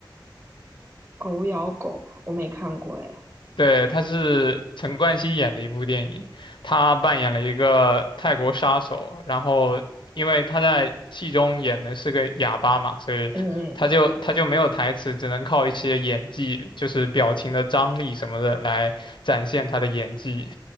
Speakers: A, on the right; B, on the left.
A: 《狗咬狗》，我没看过哎。
B: 对，它是陈冠希演的一部电影，他扮演了一个泰国杀手，然后因为他在戏中演的是个哑巴嘛，所以他就他就没有台词，
A: 嗯
B: 只能靠一些演技，就是表情的张力什么的来展现他的演技。